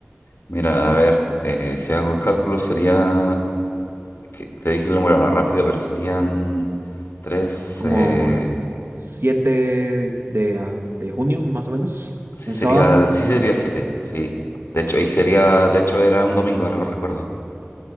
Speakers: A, on the left (about 80°); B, on the right (about 65°).
A: Mira, a ver, eh, si hago el cálculo sería, que te dije el número a la rápida, pero serían tres,
B: ¿Como
A: eh,
B: el 7 de, a- de junio, más o menos?
A: sí
B: ¿Un
A: sería,
B: sábado?
A: el- sí sería siete, sí. De hecho, y sería, de hecho era un domingo, ahora me recuerdo.